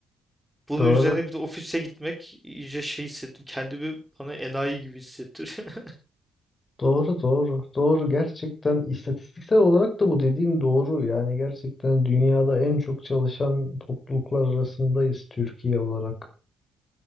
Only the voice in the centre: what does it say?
Bunun
üzerine bir de ofise gitmek iyice şey hissettim. Kendimi bana enayi gibi hissettiriyor.